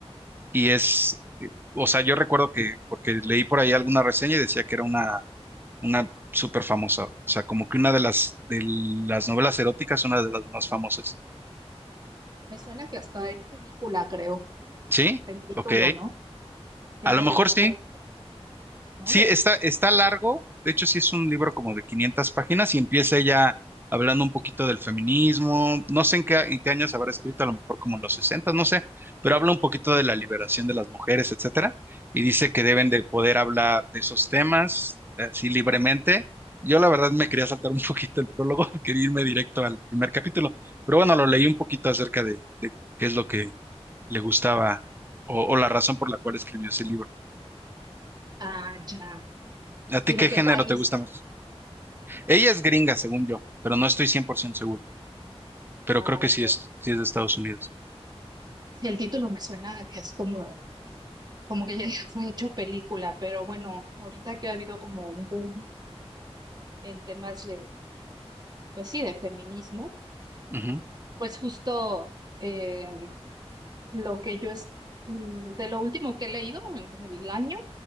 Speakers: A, on the right; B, on the right.
A: Y es, eh, o sea, yo recuerdo que, porque leí por ahí alguna reseña y decía que era una, una súper famosa, o sea, como que una de las, de las novelas eróticas, una de las más famosas.
B: Me suena que hasta hay película, creo,
A: ¿Sí?
B: el título,
A: Ok.
B: ¿no? Tiene
A: A lo mejor
B: el nombre,
A: sí,
B: ¿no?
A: Sí,
B: De...
A: está, está largo. De hecho, sí es un libro como de 500 páginas y empieza ella hablando un poquito del feminismo. No sé en qué, en qué años habrá escrito, a lo mejor como en los 60, no sé, pero habla un poquito de la liberación de las mujeres, etcétera. Y dice que deben de poder hablar de esos temas eh, así libremente. Yo la verdad me quería saltar un <laughs> poquito el prólogo, <laughs> quería irme directo al primer capítulo, pero bueno, lo leí un poquito acerca de, de qué es lo que le gustaba o o la razón por la cual escribió ese libro.
B: Ah, ya.
A: ¿A ti
B: ¿Y
A: qué
B: de qué
A: género
B: país?
A: te gusta más? Ella es gringa, según yo, pero no estoy 100% seguro. Pero
B: Ah,
A: creo que
B: ok.
A: sí es, sí es de Estados Unidos.
B: Sí, el título me suena a que es como, como que ya <laughs> fue hecho película, pero bueno, ahorita que ha habido como un boom en temas de, pues sí, de feminismo,
A: Ujú,
B: pues justo eh, lo que yo es, mm, de lo último que he leído en el año,